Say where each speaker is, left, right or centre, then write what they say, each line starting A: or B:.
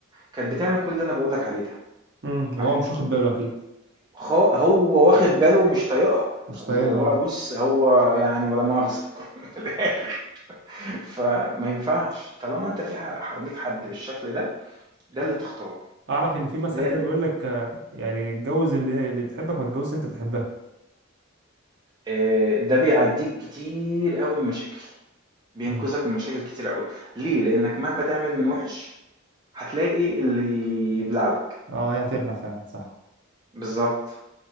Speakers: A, on the right; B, on the right.
A: كانت بتعمل كل اللي أنا باقول لك عليه ده
B: امم
A: معاه،
B: وهو مش واخد باله اكيد
A: خ هو واخد باله ومش طايقها،
B: مش
A: هو
B: طايقها
A: بقى بُص هو يعني ولا مؤاخذة <laughs> من الآخر، فما ينفعش طالما أنت في ح حواليك حد بالشكل ده، ده اللي تختاره،
B: اعرف ان في مثل
A: لأن
B: كده بيقول لك آه، يعني اتجوز اللي, اللي بتحبك ما تتجوزش انت بتحبها
A: آآ، ده بيعدّيك كتير أوي من مشاكل، بينقذك
B: امم
A: من مشاكل كتير أوي، ليه؟ لأنك مهما تعمل من وِحِش، هتلاقي اللي يبلع لك،
B: اه هي هتبلع فعلا صح
A: بالضبط،